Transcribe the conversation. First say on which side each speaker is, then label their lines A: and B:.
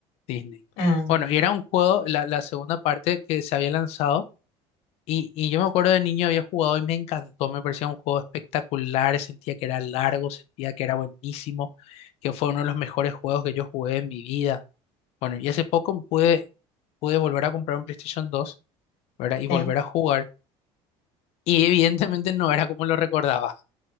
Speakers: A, on the left; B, on the left.
A: Disney.
B: ah, ya,
A: Bueno, y era un juego, la, la segunda parte que se había lanzado, y, y yo me acuerdo de niño había jugado y me encantó, me parecía un juego espectacular, sentía que era largo, sentía que era buenísimo, que fue uno de los mejores juegos que yo jugué en mi vida. Bueno, y hace poco pude, pude volver a comprar un PlayStation 2, ¿verdad? Y volver
B: sí.
A: a jugar. Y evidentemente no era como lo recordaba.